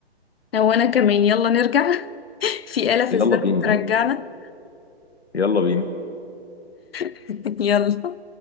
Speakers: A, on the left; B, on the left.
A: هو أنا كمان يلا نرجع <laughs> في آلة في
B: يلا
A: الزمن
B: بينا
A: ترجعنا
B: يلا بينا
A: <laughs> يلا